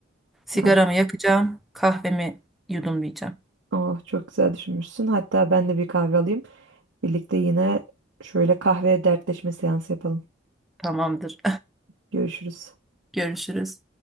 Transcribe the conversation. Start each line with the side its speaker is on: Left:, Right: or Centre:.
Centre: Sigaramı
Right: hadi.
Centre: yakacağım. Kahvemi yudumlayacağım.
Right: Oh, çok güzel düşünmüşsün. Hatta ben de bir kahve alayım. Birlikte yine şöyle kahve dertleşme seansı yapalım.
Centre: Tamamdır.
Right: Görüşürüz.
Centre: <laughs> Görüşürüz.